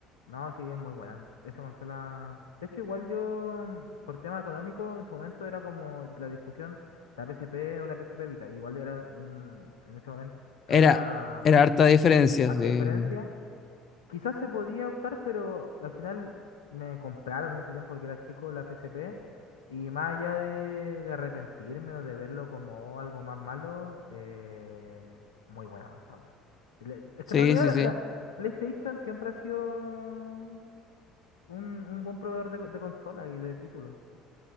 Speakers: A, on the left (about 85°); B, on the left (about 45°).
A: No, sí, es muy buena. Esa consola... De hecho, igual yo, mm, por tema económico, en su momento era como la discusión, la PSP o la PSP Vita. Igual era un... En ese momento
B: Era,
A: era mm,
B: era harta diferencia,
A: harta
B: sí.
A: diferencia. Quizás se podía optar, pero al final me compraron en ese tiempo porque era chico la P S P y más allá de, de arrepentirme o de verlo como algo más malo, eh, muy buena consola. Le- Es
B: Sí,
A: que en realidad
B: sí,
A: la
B: sí.
A: la PlayStation siempre ha sido un, un buen proveedor de, co- de consola y de títulos.